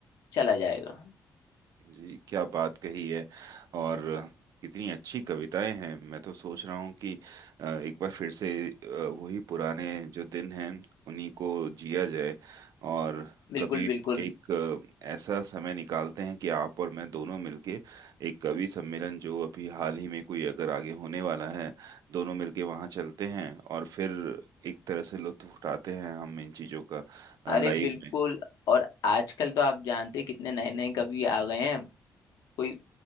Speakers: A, on the left; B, on the right.
A: चला जाएगा
B: जी क्या बात कही है और कितनी अच्छी कविताएं हैं मैं तो सोच रहा हूँ कि अ, एक बार फिर से अ, वही पुराने जो दिन हैं उन्हीं को जिया जाए और
A: बिल्कुल
B: कभी
A: बिल्कुल
B: एक अ, ऐसा समय निकालते हैं कि आप और मैं दोनों मिलके एक कवि सम्मेलन जो अभी हाल ही में कोई अगर आगे होने वाला है दोनों मिलके वहाँ चलते हैं और फिर एक तरह से लुत्फ उठाते हैं हम इन चीजों का
A: अरे
B: लाइव
A: बिल्कुल
B: में
A: और आजकल तो आप जानते हैं कितने नए नए कवि आ गए हैं कोई